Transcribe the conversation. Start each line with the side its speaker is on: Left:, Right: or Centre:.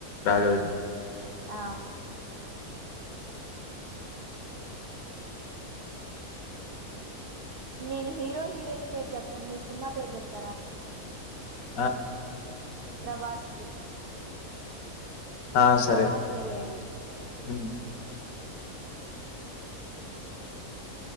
Left: రాఘవేంద్ర
Right: ఆ నేను హీరో హీరోయిన్ పేరు చెప్తాను మీ సినిమా పేరు చెప్తారా అండి
Left: ఆ చెప్తాను
Right: ప్రభాస్ కు వే
Left: ఆ ఆ
Right: ప్రభాస్
Left: సరే
Right: వెేళ్ళని
Left: హ్మ్.